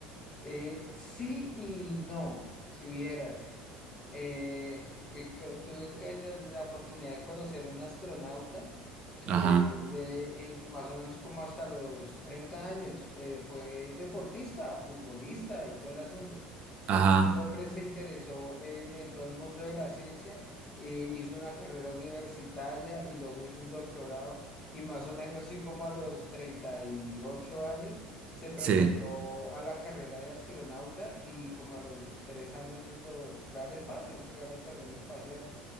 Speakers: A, on the left; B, on the right.
A: Eh, sí y no, si vieras. Eh, eh, co- tuve que- la, la oportunidad de conocer a un astronauta que
B: Ajá,
A: le, eh, más o menos como hasta los 30 años eh, fue deportista, futbolista y todo el asunto.
B: ajá,
A: Después el hombre se interesó en, en todo el mundo de la ciencia, eh, hizo una carrera universitaria y luego hizo un doctorado y más o menos sí como a los 38 años se presentó
B: sí.
A: a la carrera de astronauta y como a los tres años lo, fue al espacio, fue a la estación espacial.